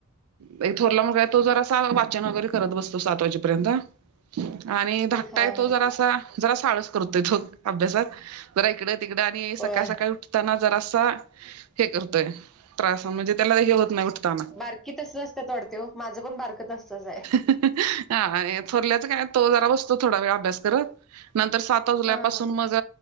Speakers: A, on the right (about 85°); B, in the centre.
A: नाही थोरला मुलगा हे तो जरासां वचन वगैरे करत बसतो सात वाजेपर्यंत. आणि धाकटा
B: हा
A: आहे
B: हा
A: तो जरासा, जरासा आळस करतोय तो अभ्यासात जरा इकडे तिकडा आणि
B: होय
A: सकाळ, सकाळी उठताना जरासा हे करतोय त्रास म्हणजे त्याला हे होत नाही उठताना.
B: बारकी तसंच असत्यात वाटते ओ माझं पण बारक तसंच आहे.
A: हा थोरल्याच काय तो जरा बसतो थोडा वेळ अभ्यास करत नंतर सात वाजला
B: हा
A: पासून
B: हा
A: मग